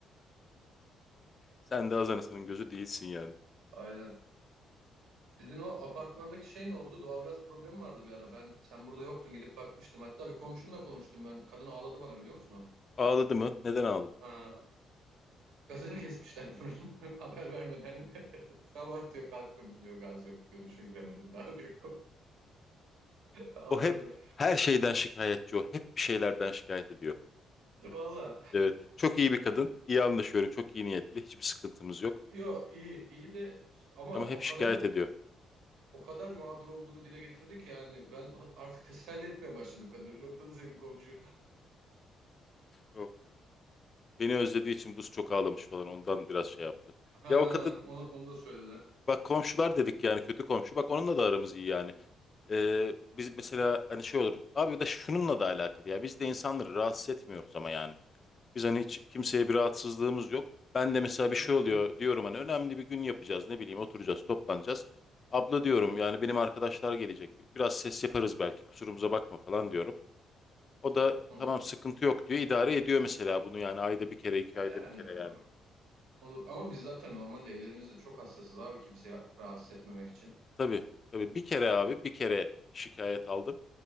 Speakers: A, on the left; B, on the right.
A: Sen de Hazanası'nın gözü değilsin yani.
B: Aynen. Sizin o apartmandaki şey ne oldu? Doğalgaz problemi vardı bir ara. Ben sen burada yoktun gidip bakmıştım. Hatta bir komşunla konuştum ben. Kadın ağladı bana biliyor musun o?
A: Ağladı mı? Neden ağladı?
B: Ha. Gazını kesmişler bunun <laughs> haber vermeden. <laughs> Sabah diyor kalktım diyor gaz yok diyor duşa giremedim daha diyor. <laughs> Ağladı.
A: O hep her şeyden şikayetçi o. Hep bir şeylerden şikayet ediyor.
B: Valla
A: Evet. Çok iyi bir kadın. iyi anlaşıyorum. Çok iyi niyetli. Hiçbir sıkıntımız yok.
B: yo iyi iyi de ama
A: Ama hep
B: o
A: şikayet
B: kadar
A: ediyor.
B: o kadar mağdur olduğunu dile getirdi ki yani ben artık teselli etmeye başladım kadını. Bir noktada senin komşu.
A: Of. Beni özlediği için buz çok ağlamış falan. Ondan biraz şey yaptı.
B: Ha,
A: Ya o kadın
B: onu, onu da söyledi.
A: bak komşular dedik yani kötü komşu. Bak onunla da aramız iyi yani. Ee, biz mesela hani şey olur. Abi da şununla da alakalı ya. Biz de insanları rahatsız etmiyoruz ama yani. Biz hani hiç kimseye bir rahatsızlığımız yok. Ben de mesela
B: Tabii
A: bir şey
B: canım.
A: oluyor diyorum hani önemli bir gün yapacağız ne bileyim oturacağız toplanacağız. Abla diyorum yani benim arkadaşlar gelecek biraz ses yaparız belki kusurumuza bakma falan diyorum. O da
B: Hı hı.
A: tamam sıkıntı yok diyor idare ediyor mesela bunu yani ayda bir kere iki ayda
B: Yani
A: bir kere yani.
B: olur ama biz zaten normalde evlerimizde çok hassasız abi kimseye rahatsız etmemek için.
A: Tabii, tabii. Bir kere abi, bir kere şikayet aldım.